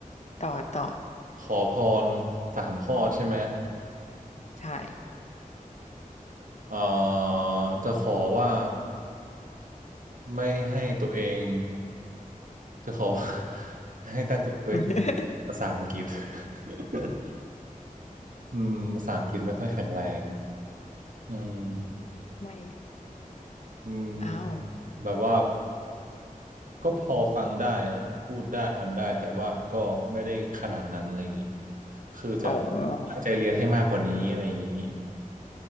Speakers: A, on the left (about 50°); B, on the right (about 70°).
A: ต่อต่อ
B: ขอพรสามข้อใช่ไหม
A: ใช่
B: เอ่อจะขอว่าไม่ให้ตัวเองจะขอว่า <laughs> ให้ตั้งตัวตัวเอง
A: <laughs>
B: ภาษาอังกฤษ <laughs> อืมภาษาอังกฤษไม่ค่อยแข็งแรงอืม
A: ไม่
B: อืม
A: อ้าว
B: แบบว่า ก็พอฟังได้พูดได้อ่านได้แต่ว่าก็ไม่ได้ขนาดนั้นอะไรเงี้ยคือจะ
A: อ๋อ
B: ตั้งใจเรียนให้มากกว่านี้อะไรอย่างนี้